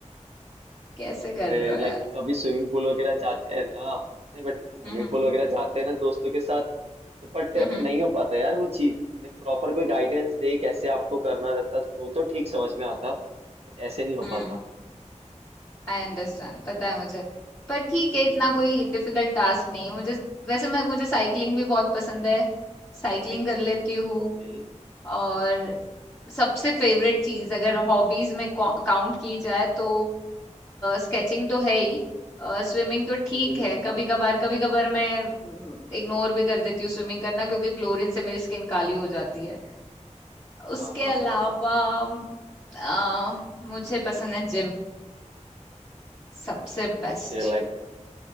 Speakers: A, on the left (about 25°); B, on the right (about 55°).
A: कैसे कर
B: अरे
A: रहे हो यार
B: लाइक कभी स्विमिंग पूल वगैरह जाते हैं ना नहीं बट स्विमिंग
A: हम्म
B: पूल वगैरह जाते हैं ना दोस्तों के साथ तो बट
A: हम्म
B: नहीं हो पाता यार वो चीज लाइक प्रॉपर कोई गाइडेंस दे कैसे आपको करना रहता तो तो ठीक समझ में आता बट ऐसे नहीं हो
A: हम्म
B: पाता
A: आई अंडरस्टैंड पता है मुझे पर ठीक है इतना कोई
B: <laughs>
A: डिफिकल्ट टास्क नहीं है मुझे वैसे मैं मुझे साइकिलिंग भी बहुत पसंद है साइकिलिंग कर लेती हूँ
B: ओके
A: और सबसे फेवरेट चीज अगर हॉबीज में काउंट की जाए तो स्केचिंग तो है ही स्विमिंग तो ठीक
B: हम्म हम्म,
A: है कभी कभार कभी कभार मैं इग्नोर भी कर देती हूँ स्विमिंग करना क्योंकि क्लोरीन से मेरी स्किन काली हो जाती है उसके
B: हाँ हाँ
A: अलावा
B: हाँ हाँ
A: अ, मुझे पसंद है जिम सबसे बेस्ट
B: ओके लाइक